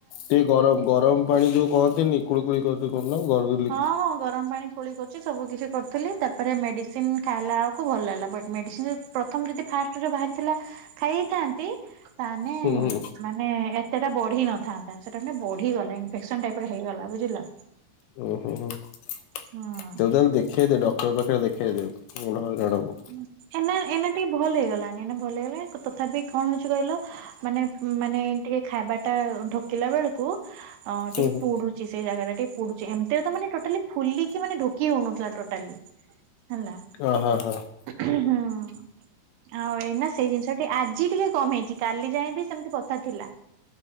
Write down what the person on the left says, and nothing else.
ଟିକେ ଗରମ ଗରମ ପାଣି ଯୋଉ କହନ୍ତିନି କୁଳିକୁଳି କରନ୍ତି ଗରଗଲି
ହୁଁ ହୁଁ
ଉଁ ଉଁ ହୁଁ ହୋ ତୁ
ତାହେଲେ ଦେଖେଇ ଦେ ଡକ୍ଟର ପାଖରେ ଦେଖେଇଦେ ବଡ ହଇରାଣ ହବୁ।
ହୁଁ
ହୁଁ
ଅ ହ ହ